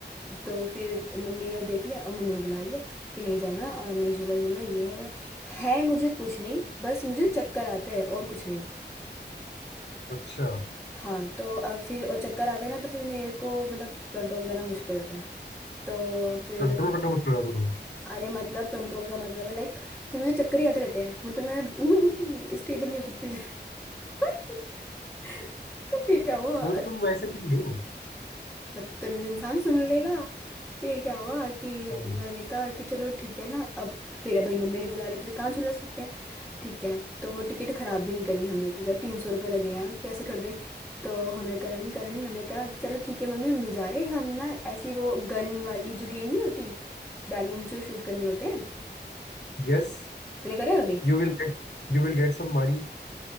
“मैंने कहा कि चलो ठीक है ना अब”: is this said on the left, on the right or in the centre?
Centre